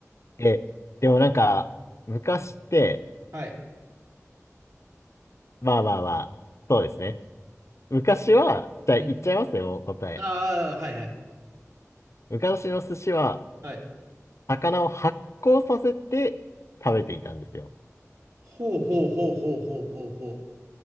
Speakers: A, on the left; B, on the right.
A: え、でもなんか、昔って、
B: はい。
A: まあまあまあ、そうですね。昔は、じゃあ言っちゃいますね、
B: うん。
A: もう答え。
B: ああ、はいはい。
A: 昔の寿司は、
B: はい。
A: 魚を発酵させて食べていたんですよ。
B: ほうほうほうほうほうほうほう。